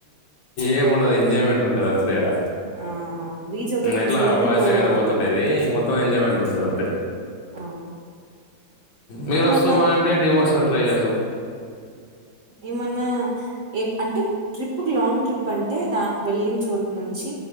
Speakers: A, on the left (about 70°); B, on the right (about 55°).
A: ఏం ఉండదు ఎంజాయ్మెంట్ ఉంటుం గం తేడా
B: ఆ బీచ్ ఒకటి చూసేదానికి
A: ఎట్లా బావిస్తే
B: పోవాల
A: కదా పోతుండేది.
B: అంతే
A: మొత్తం ఎంజాయ్మెంట్ ఉంటది. అంతే
B: ఆ
A: మీరు
B: ఏమన్నా
A: వస్తు అంటే డివోర్స్ ట్రై చేద్దాం
B: ఏమన్నా ఏ అంటే ట్రిప్ లాంగ్ ట్రిప్ అంటే దా వెళ్లిన, చోటు నుంచి